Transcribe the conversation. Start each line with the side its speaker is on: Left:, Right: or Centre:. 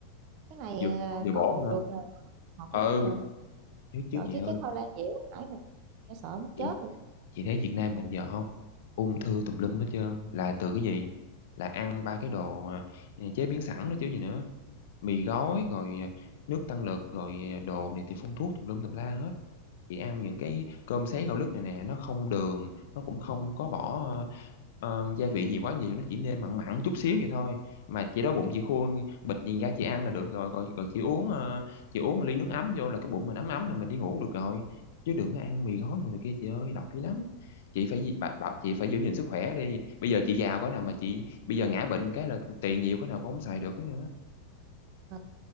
Right: cái này
Left: Vừa
Right: ờ,
Left: vừa bổ
Right: coi bộ
Left: nữa.
Right: được nè ngọt
Left: Ừ,
Right: lắm nè
Left: chứ chứ
Right: trời
Left: chị
Right: chứ
Left: ơi.
Right: cái khoai lang dẻo nãy mày nghe sợ muốn
Left: Ừ,
Right: chết vậy
Left: Chị thấy Việt Nam mình giờ không? Ung thư tùm lum hết trơn. Là từ cái gì? Là ăn ba cái đồ à, chế biến sẵn đó chứ gì nữa mì gói rồi à, nước tăng lực rồi à, đồ này thì phun thuốc tùm lum tùm la hết chị ăn những cái cơm sấy gạo lứt này nè nó không đường nó cũng không có bỏ ờ, ờ, gia vị gì quá nhiều nó chỉ nêm mặn mặn chút xíu vậy thôi mà chị đói bụng chị khui bịch nhìn ra chị ăn là được rồi rồi, rồi chị uống ờ, chị uống ly nước ấm vô là cái bụng mình ấm ấm là mình đi ngủ được rồi chứ đừng có ăn mì gói đồ này kia chị ơi độc dữ lắm chị phải di- bà, bà, chị phải giữ gìn sức khỏe đi bây giờ chị giàu có nào mà chị bây giờ ngã bệnh cái là tiền nhiều có nào cũng không xài được hết trơn á
Right: Mà